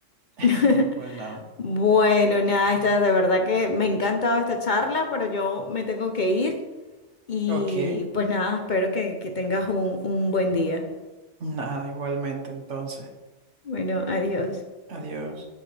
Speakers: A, on the right; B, on the left.
A: <laughs>
B: <laughs>
A: Pues nada.
B: Bueno, nada, esta, de verdad que me ha encantado esta charla, pero yo me tengo que ir. Y
A: Ok.
B: pues nada, espero que, que tengas un, un buen día.
A: Nada, igualmente entonces.
B: Bueno, adiós.
A: Adiós.